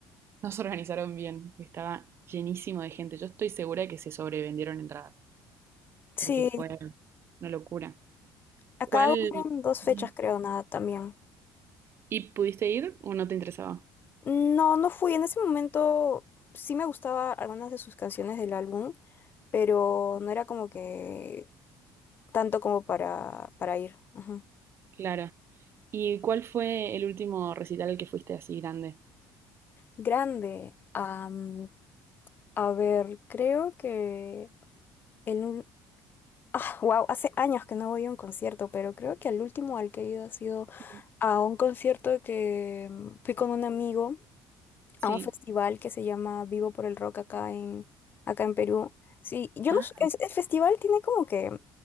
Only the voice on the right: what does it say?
Nos organizaron bien, estaba llenísimo de gente. Yo estoy segura de que se sobrevendieron entradas,
porque fue una locura.
¿Cuál?
Mm.
¿Y pudiste ir o no te interesaba?
Claro. ¿Y cuál fue el último recital al que fuiste así grande?
Mm.
Sí.
Ah,